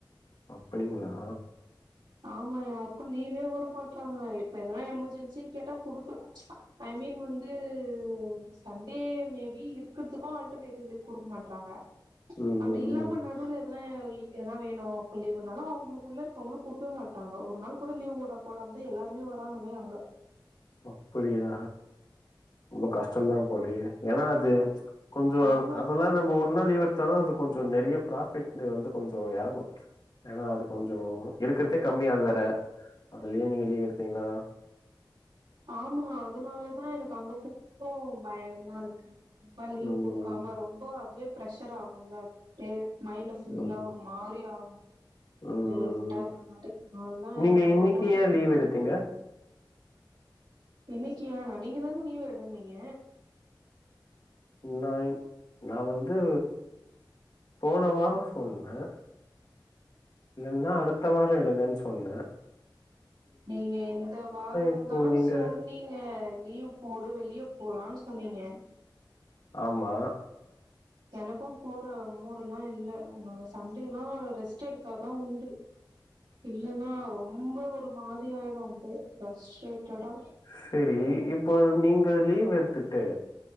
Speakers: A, on the left (about 55°); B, on the right (about 75°).
A: அப்படிங்ளா
B: ஆமா யாற்க்கு லீவே உட மாட்றாங்க இப்ப எதனா எமர்ஜென்சின் கேட்டா குடுக் ஐ மீன் வந்து சண்டே மேபி இருக்கறதுக்கு ஆல்டர்னேடிவ் லீவ் குடுக் மாட்றாங்க
A: ம்
B: அப்டி
A: ம்,
B: இல்லாம
A: ம்.
B: நடுவ்ல எதனா எதனா வேணு அப்ப லீவுனாலு அவுங்குளுக்குள்ள இருக்கவங்களு குடுக்கவே மாட்டாங்க ஒரு நாள் கூட லீவ்க்கூட ‌ போடாமதா எல்லாருமே வராங்ளே அங்க
A: அப்டியா ரொம்ப கஷ்டந்தா போலியே ஏனா ‌அது கொஞ்சோ
B: ஆமா
A: அதெல்லா நம்ப ஒரு நாள் லீவ் எடுத்தாலு அது கொஞ்சோ நெறையா ப்ராஃபிட் வந்து கொஞ்சோ எறங்கு ஏனா அது கொஞ்சோ இருக்குறதே கம்மி ஆள் வேற அதுலியு நீங்க லீவ் எடுத்தீங்ன்னா
B: ஆமா அதனால தா எனக் அங்க போறத் ஓ பயமா இருக்குங் ரொம்ப லீவ்
A: ம்,
B: குடுக்காம ரொம்ப அதுவே ஃபிரெஷர் ஆகுல்ல மைண்ட் ஃபுல்லா
A: ம்,
B: ஒரு மாரி ஆகு
A: ம், ம்.
B: லேட்டா இருக்க மாரி அதா எனக்கு
A: நீங்க
B: அங்க
A: இன்னைக்கு
B: போறதுக்கு
A: ஏன்
B: பயமா
A: லீவ் எடுத்தீங்க?
B: இருக்கு இன்னிக்கி ஏனா நீங்கதானே லீவ் எடுன்னீங்க
A: நாயின் நா வந்து போன வாரோ சொன்ன இல்லனா அடுத்த வாரோ எடுங்கனு சொன்ன
B: நீங்க இந்த வாரோந்தான்
A: இப்போ நீங்க
B: சொ னீங்க லீவ் போடு வெளிய போலான்னு சொன்னீங்க
A: ஆமா
B: எனக்கும் போற மூடெல்லா இல்ல சண்டேயெல்லா ரெஸ்ட் எடுத்தாதா உண்டு இல்லனா ரொம்ப ஒரு மாரி ஆயிடு அப்டியே ஃபர்ஷ்ரேட்டடா
A: சேரி இப்போ நீங்க லீவ் எடுத்துட்டு